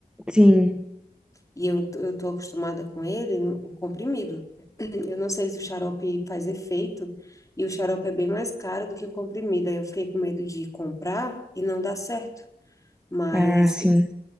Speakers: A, in the centre; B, on the left.
A: sim,
B: E eu, t- eu tô acostumada com ele no- comprimido. Eu não sei se o xarope faz efeito, e o xarope é bem mais caro do que o comprimido. Aí eu fiquei com medo de comprar e não dar certo. Mas
A: ah, sim.